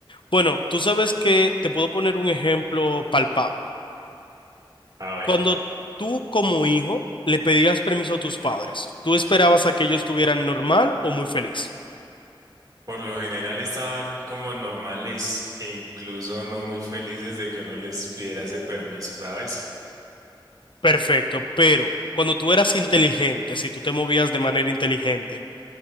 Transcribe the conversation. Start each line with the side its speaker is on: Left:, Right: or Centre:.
Left: Bueno, tú sabes que te puedo poner un ejemplo palpable.
Right: A ver.
Left: Cuando tú como hijo le pedías permiso a tus padres, ¿tú esperabas a que ellos estuvieran normal o muy feliz?
Right: Por lo general estaban como normales e incluso no muy felices de que uno les pidiera ese permiso, ¿sabes?
Left: Perfecto, pero cuando tú eras inteligente, si tú te movías de manera inteligente,